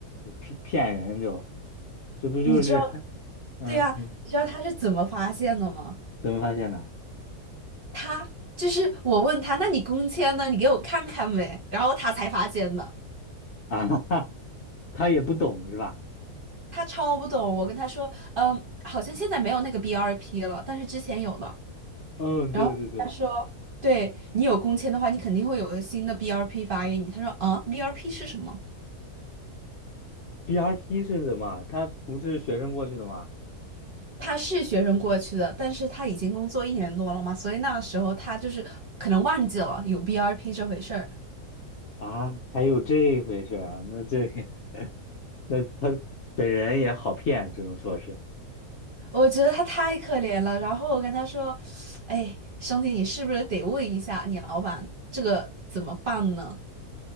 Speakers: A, on the left; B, on the right.
A: 骗骗人就，这不就是，
B: 你知道，
A: <laughs> 嗯，
B: 对呀，
A: 你
B: 你知道他是怎么发现的吗？
A: 怎么发现的？
B: 他就是我问他，那你工签呢？你给我看看呗。然后他才发现的，
A: 啊，<laughs> 哈，他也不懂是吧？
B: 他超不懂。我跟他说，嗯，好像现在没有那个 BRP 了，但是之前有的。
A: 嗯，
B: 然后他说，
A: 对对对
B: 对你有工签的话，你肯定会有个新的 BRP 发给你。他说，啊，BRP 是什么？
A: ，BRP 是什么？他不是学生过去的吗？
B: 他是学生过去的，但是他已经工作一年多了嘛，所以那时候他就是可能忘记了有 BRP 这回事儿。
A: 啊，还有这回事儿啊？那这 <laughs> 那他本人也好骗，只能说是。
B: 我觉得他太可怜了。然后我跟他说，哎，兄弟，你是不是得问一下你老板这个怎么办呢？